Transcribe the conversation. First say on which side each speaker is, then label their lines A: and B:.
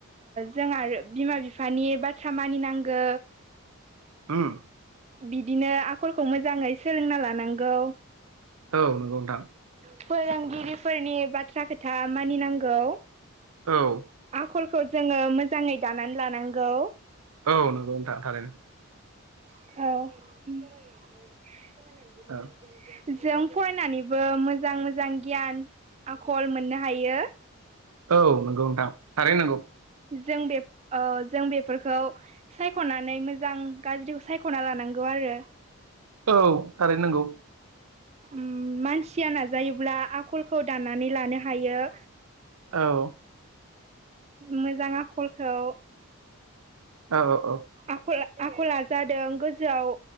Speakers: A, on the right; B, on the right.
A: जों आरो बिमा बिफानि बाथ्रा मानिनांगौ
B: उम
A: बिदिनो आखलखौ मोजाङै सोलोंना लानांगौ
B: औ नंगौ नोंथां
A: फोरोंगिरिफोरनि बाथ्रा खोथा मानिनांगौ
B: औ
A: आखलखौ जोङो मोजाङै दानानै लानांगौ
B: औ नंगौ नोंथां थारैनो
A: औ
B: औ
A: जों फरायनानैबो मोजां मोजां गियान आखल मोननो हायो
B: औ नंगौ नोंथां थारै नंगौ
A: जों बे ओ जों बेफोरखौ सायख'नानै मोजां गाज्रि खौ साय खना लानांगौ आरो
B: औ थारैनांगौ
A: उम मानसिया नाजायोब्ला आखलखौ दाननानै लानो हायो
B: औ
A: मोजां आखलखौ
B: औ औ औ
A: आखल आखला जादों गोजौआव